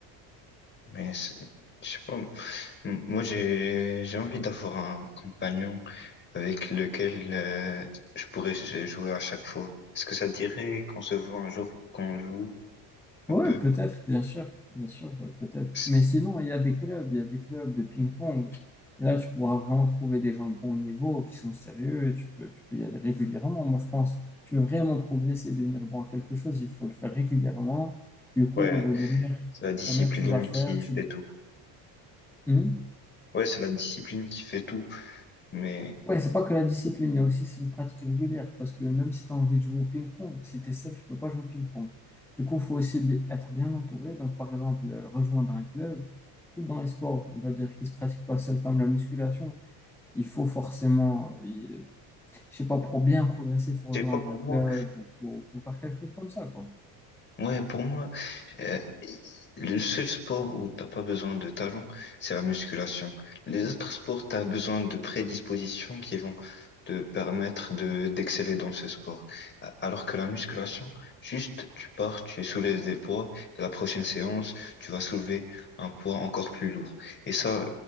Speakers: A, on the left; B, in the centre.
A: Mais c'est- je sais pas. M- Moi, j'ai, j'ai envie d'avoir un compagnon avec lequel euh, je pourrais j- jouer à chaque fois. Est-ce que ça te dirait qu'on se voit un jour, qu'on joue un
B: Oui,
A: peu?
B: peut-être, bien sûr. Bien sûr, euh, peut-être.
A: C'est-
B: Mais sinon, il y a des clubs, il y a des clubs de ping-pong. Et là, tu pourras vraiment trouver des gens de bon niveau, qui sont sérieux. Tu peux, tu peux y aller régulièrement. Moi, je pense, tu veux vraiment progresser, devenir bon à quelque chose, il faut le faire régulièrement. Du coup,
A: Ouais,
B: le meilleur,
A: c'est la discipline
B: la meilleure chose à faire,
A: qui
B: c'est
A: fait
B: de...
A: tout.
B: Hmm
A: Ouais, c'est la discipline qui fait tout. Mais
B: Ouais, c'est pas que la discipline, mais aussi c'est une pratique régulière. Parce que même si tu as envie de jouer au ping-pong, si tu es seul, tu peux pas jouer au ping-pong. Du coup, il faut aussi bi- être bien entouré. Donc, par exemple, euh, rejoindre un club, surtout dans les sports, on va dire, qui se pratiquent pas seul, comme la musculation, il faut forcément, il- je sais pas, pour bien progresser, il faut rejoindre
A: je sais pas pour
B: un club
A: moi.
B: ou faut, faut faire quelque chose comme ça, quoi.
A: Ouais, pour moi. Euh, Le seul sport où t'as pas besoin de talent, c'est la musculation. Les autres sports, t'as besoin de prédispositions qui vont te permettre de d'exceller dans ce sport. A- Alors que la musculation, juste tu pars, tu soulèves des poids, et la prochaine séance, tu vas soulever un poids encore plus lourd. Et ça, euh,